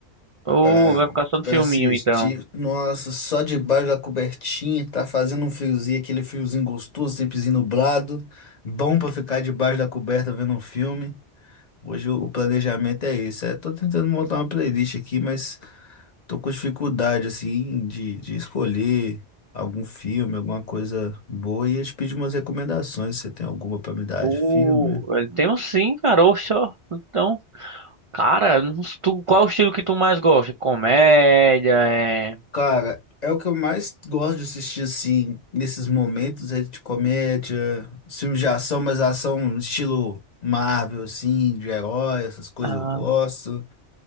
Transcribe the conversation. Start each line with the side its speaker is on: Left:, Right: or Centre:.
Right: Ô,
Left: pra,
Right: vai ficar só no
Left: pra
Right: filminho,
Left: assistir.
Right: então.
Left: Nossa, só debaixo da cobertinha, tá fazendo um friozinho, aquele friozinho gostoso, tempozinho nublado. Bom pra ficar debaixo da coberta vendo um filme. Hoje o o planejamento é esse. É, tô tentando montar uma playlist aqui, mas tô com dificuldade, assim, de, de escolher algum filme, alguma coisa boa. E eu te pedi umas recomendações, se você tem alguma pra me dar
Right: Uh,
Left: de filme.
Right: temos sim, cara. Oxe, ó. Então, cara, não s- tu, qual é o estilo que tu mais gosta? Comédia, é...
Left: Cara, é o que eu mais gosto de assistir, assim, nesses momentos, é de comédia, filmes de ação, mas ação estilo Marvel, assim, de herói, essas coisas
Right: Ah,
Left: eu gosto.